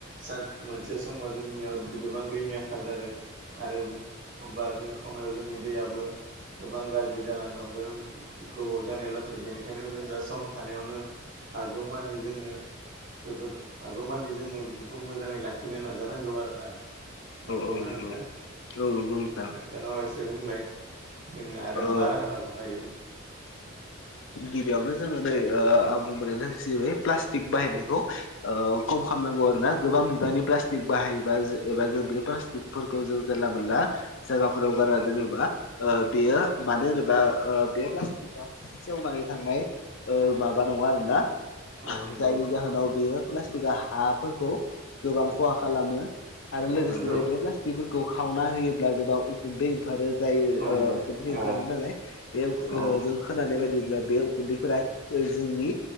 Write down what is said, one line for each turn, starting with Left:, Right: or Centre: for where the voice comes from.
Right: सान मोनसे समाव जोंनियाव गोबां दैनि आंखाल जागोन आरो बा जों खायाव जोंनि दैआबबो गोबां गाज्रि जालांनो हमगोन गोबाव जानायाव बेनिखायनो जों दा सम थानायावनो हागौमानि जोङो बेफोरखौ हागौमानि जोङो बेफोरखौ मोजाङै लाखि खिनो नाजानांगौ आरो ना नंगौना
Left: औ नंगौ
Right: नोंथां
Left: औ नंगौ नोथां
Right: नोंथाङाबो एसे बुंलाय जोङो आरो
Left: ओ
Right: मा राहा लाबावनो हायो
Left: गिबियावनो जोङो नै ओ आं बुंबोनायबाय प्लास्टिक बाहायनायखौ ओ खम खालामनांगौ आरो ना गोबां बिबांनि प्लास्टिक बाहायोबा एबा जों बे प्लासट जों जानला मोनला जायगाफोराव गारनानै दोनोबा ओ बेयो
Right: औ
Left: मानो होनोब्ला बा ओ बे फ्लासथिक सेवनानै थांनाय ओ
Right: औ
Left: माबा नङा आरोना
Right: औ नंगौ
Left: जायनि जाहोनाव बेयो प्लास्टिकआ हाफोरखौ गोबां
Right: औ
Left: खहा खालामो आरो
Right: औ
Left: लोगोसेनो
Right: नंगौ
Left: बे प्लास्टि बेफोरखौ खावना होयोब्ला गोबां उखुन्दै ओंखारो जाय
Right: औ
Left: उखुन्दै
Right: औ
Left: ओंखारो नालाय बे
Right: औ
Left: जों खोनानाय बायदिब्ला बे उखुन्दैफोरा जोंनि